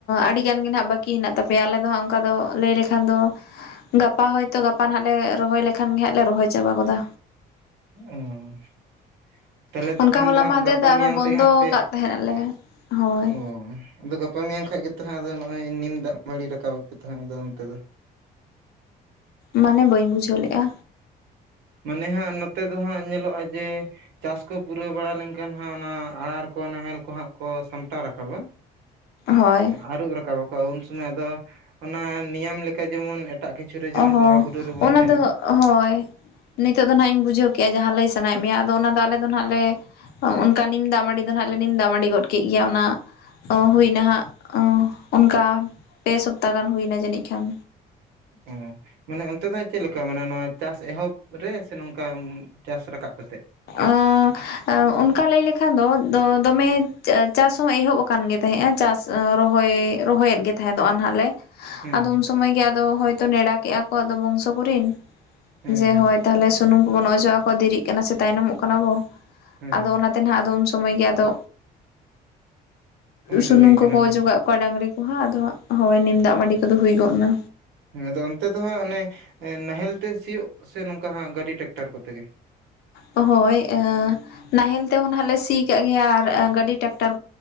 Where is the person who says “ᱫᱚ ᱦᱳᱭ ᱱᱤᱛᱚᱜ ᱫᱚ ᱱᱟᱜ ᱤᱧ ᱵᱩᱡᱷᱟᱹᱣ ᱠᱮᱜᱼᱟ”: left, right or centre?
Left